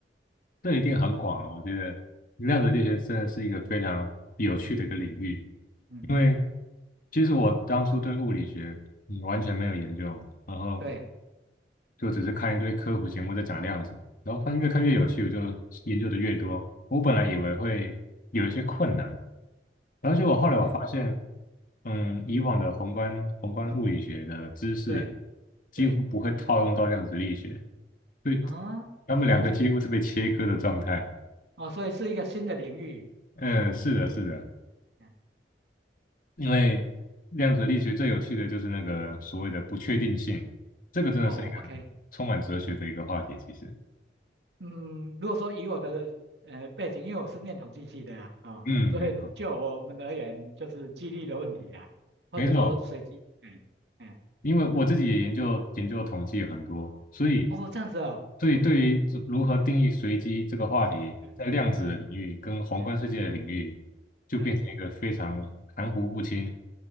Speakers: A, on the left; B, on the right.
A: 这一定很广了。我觉得量子力学真的是一个非常有趣的一个领域，
B: 嗯嗯，
A: 因为其实我当初对物理学嗯完全没有研究，然后
B: 对
A: 就只是看一堆科普节目在讲量子，然后发现越看越有趣，我就研究的越多。我本来以为会有一些困难，然后结果后来我发现，
B: 对
A: 嗯，以往的宏观宏观物理学的知识
B: 对
A: 几乎不会套用到量子力学，
B: 对，
A: 所以
B: 啊，
A: 他们两个几乎是被切割的状态。
B: 这样子哦，所以是一个新的领域。
A: 嗯，是的，是的。
B: 嗯
A: 因为量子力学最有趣的就是那个所谓的不确定性，这个真的是一个
B: 哦，OK，
A: 充满哲学的一个话题。其实，
B: 嗯，如果说以我的呃背景，因为我是念统计系的啊，啊、
A: 嗯，
B: 所以就我们而言，
A: 没错，
B: 就是几率的问题啦，或者说随机，
A: 没错，
B: 嗯。嗯
A: 因为我自己也研究研究统计很多，所以，
B: 哦，这样子哦，
A: 所以对于如何定义随机这个话题，
B: <laughs> 哎，嗯，
A: 在量子的领域跟宏观世界的领域，
B: 对，哎，
A: 就变成一个非常含糊不清，
B: 对，